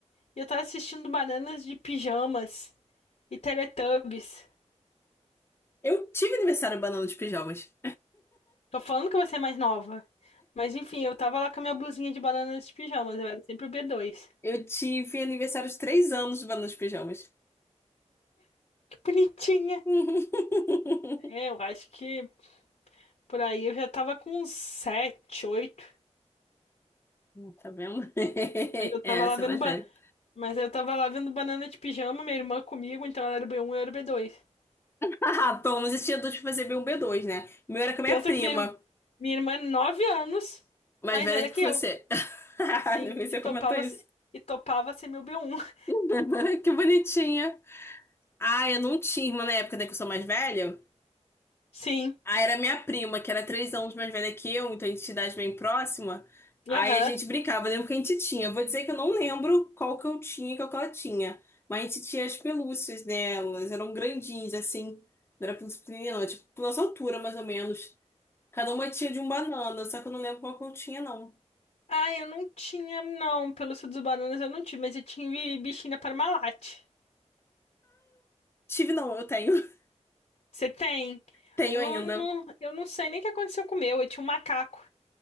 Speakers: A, on the left; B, on the left.
A: e eu tava assistindo Bananas de Pijamas e Teletubbies.
B: Eu tive aniversário banana de pijamas.
A: Tô falando que você é mais nova. Mas enfim, eu tava lá com a minha blusinha de bananas de pijamas, eu era sempre o b dois.
B: Eu tive aniversário de três anos nos pijamas.
A: Que bonitinha!
B: <laughs>
A: É, eu acho que por aí eu já tava com uns 7, 8.
B: Hum, Tá vendo? <laughs>
A: Mas eu tava
B: É,
A: lá
B: você
A: vendo
B: é mais
A: ba...
B: velha.
A: Mas eu tava lá vendo banana de pijama, minha irmã comigo, então ela era o b um e eu era o b dois.
B: Ah, pelo menos esse adulto fazer fazia um b dois, né? O meu era com a minha
A: Pensa
B: prima,
A: que minha, irmã- minha irmã é 9 anos
B: mais
A: mais
B: velha
A: velha
B: que
A: que
B: você.
A: eu.
B: <laughs>
A: Sim,
B: Não sei se
A: e
B: você
A: topava,
B: comentou isso.
A: se- e topava ser meu B1. <laughs>
B: <laughs> Que bonitinha. Ah, eu não tinha irmã na época, né, que eu sou mais velha.
A: Sim,
B: Aí era minha prima, que era três anos mais velha que eu, então a gente tinha idade bem próxima. Aí
A: aham.
B: a gente brincava, eu lembro que a gente tinha. Eu Vou dizer que eu não lembro qual que eu tinha e qual que ela tinha. Mas a gente tinha as pelúcias delas, eram grandinhas, assim. Não era pelúcia pequenininha, não, era, tipo, nossa altura, mais ou menos. Cada uma tinha de um banana, só que eu não lembro qual que eu tinha, não.
A: Ah, eu não tinha, não. Pelo suco dos bananas eu não tive, mas eu tive bichinha Parmalat.
B: Tive, não, eu tenho. <laughs>
A: Você tem?
B: Tenho
A: Eu
B: ainda.
A: não, não- eu não sei nem o que aconteceu com o meu. Eu tinha um macaco